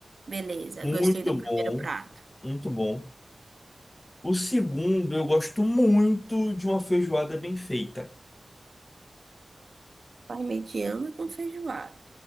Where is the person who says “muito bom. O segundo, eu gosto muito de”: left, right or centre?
Left